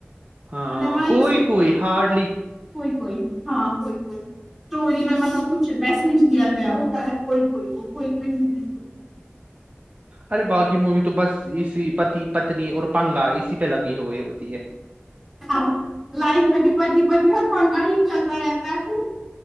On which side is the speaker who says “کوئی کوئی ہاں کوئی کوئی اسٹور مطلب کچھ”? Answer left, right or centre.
Centre